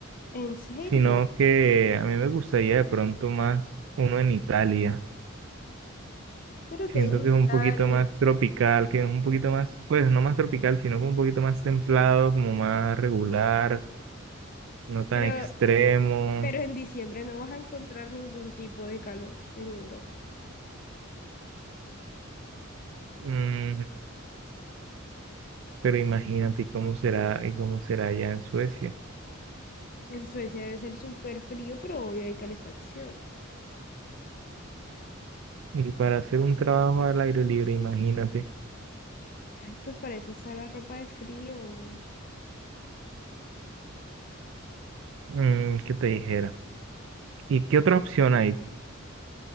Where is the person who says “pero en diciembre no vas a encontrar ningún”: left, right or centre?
Left